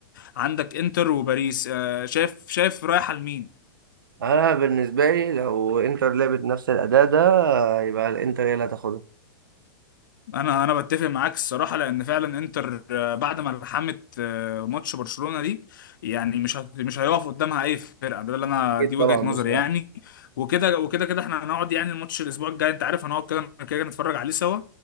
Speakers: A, on the left; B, on the right.
A: عندك انتر وباريس آه، شايف شايف رايحه لمين
B: انا بالنسبه لي لو انتر لعبت نفس الاداء ده يبقى الانتر هي اللي هتاخدها
A: انا انا بتفق معاك الصراحه لان فعلا انتر آه، بعد ما لحمت آه، ماتش برشلونه دي يعني مش هت- مش هيقف قدامها اي فرقه ده اللي انا
B: اكيد
A: دي وجهه
B: طبعا
A: نظري
B: بصراحه
A: يعني وكده وكده كده احنا هنقعد يعني الماتش الاسبوع الجاي انت عارف هنقعد كده كده كده نتفرج عليه سوا